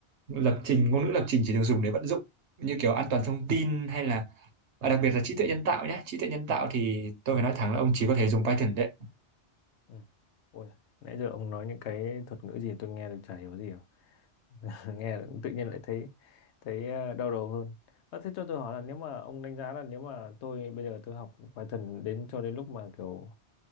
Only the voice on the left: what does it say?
Ừ. Ôi, nãy giờ ông nói những cái thuật ngữ gì tôi nghe được chả hiểu gì cả. <laughs> Nghe tự nhiên lại thấy thấy ờ, đau đầu hơn. À, thế cho tôi hỏi là nếu mà ông đánh giá là nếu mà tôi bây giờ tôi học Python đến cho đến lúc mà kiểu